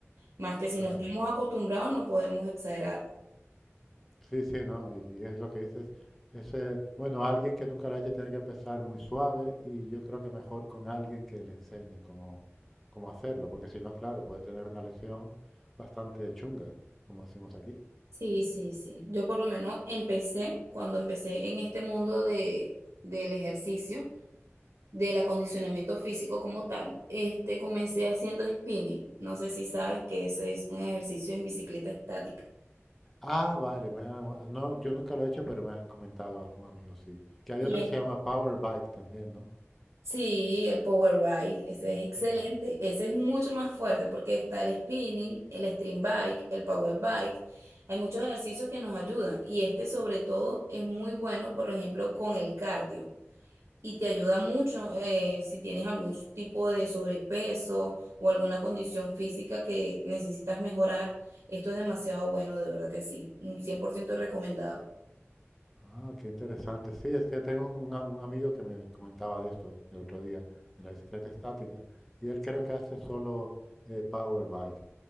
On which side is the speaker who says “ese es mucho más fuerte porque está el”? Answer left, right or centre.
Right